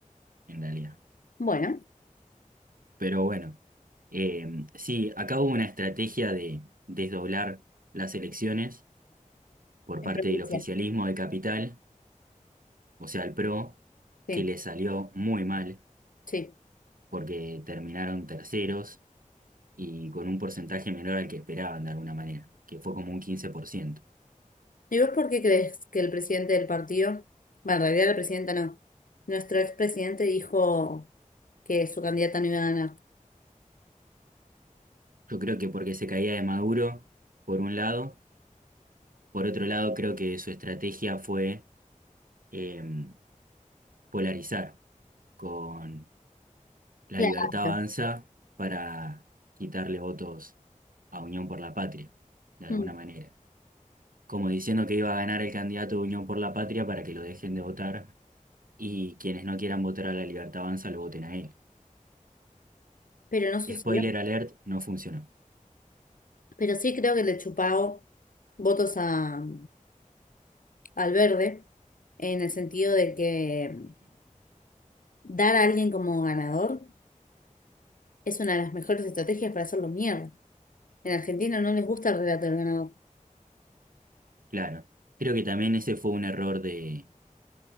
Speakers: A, on the right (about 80°); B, on the left (about 75°).
A: en realidad.
B: Bueno,
A: Pero bueno, eh, sí, acá hubo una estrategia de desdoblar las elecciones por
B: en
A: parte
B: provincia.
A: del oficialismo de Capital, o sea, el PRO,
B: Sí,
A: que le salió muy mal
B: sí.
A: porque terminaron terceros y con un porcentaje menor al que esperaban de alguna manera, que fue como un 15%.
B: ¿Y vos por qué crees que el presidente del partido, bueno, en realidad la presidenta no, nuestro expresidente dijo que su candidata no iba a ganar?
A: Yo creo que porque se caía de Maduro, por un lado, por otro lado, creo que su estrategia fue em, polarizar con La
B: Claro.
A: Libertad Avanza para quitarle votos a Unión por la Patria, de alguna
B: Mm,
A: manera. Como diciendo que iba a ganar el candidato de Unión por la Patria para que lo dejen de votar y quienes no quieran votar a La Libertad Avanza lo voten a él.
B: Pero no sucedió.
A: Spoiler alert, no funcionó. <clears throat>
B: Pero sí creo que le chupao votos a, al verde, en el sentido de que dar a alguien como ganador. Es una de las mejores estrategias para hacerlo mierda. En Argentina no les gusta el relato del ganador.
A: Claro, creo que también ese fue un error de,